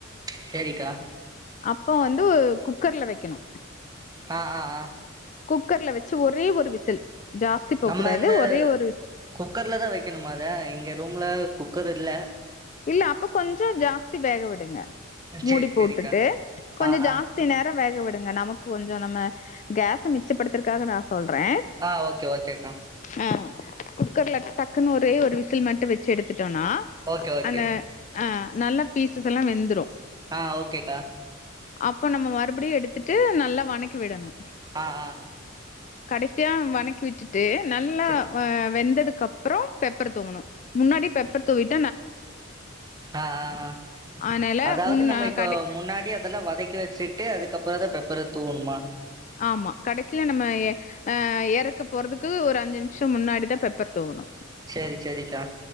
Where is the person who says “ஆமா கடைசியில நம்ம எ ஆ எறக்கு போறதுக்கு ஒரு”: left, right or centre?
Left